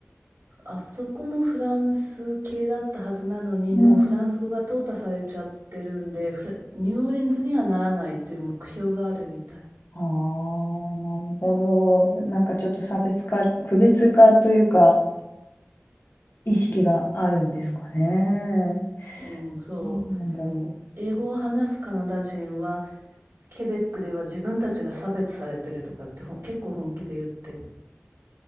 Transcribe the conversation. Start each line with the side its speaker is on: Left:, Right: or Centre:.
Right: あそこもフランス系だったはずなのに、
Left: うん。
Right: もうフランス語が淘汰されちゃってるんで、フラニューオーリンズにはならないっていう目標があるみたい。
Left: ああ、なるほど。なんかちょっと差別化、区別化というか、意識があるんですかね。
Right: うん、そう。
Left: なんなんだろ
Right: 英語を話すカナダ人は、ケベックでは自分たちが差別されてるとかってほん結構本気で言ってる。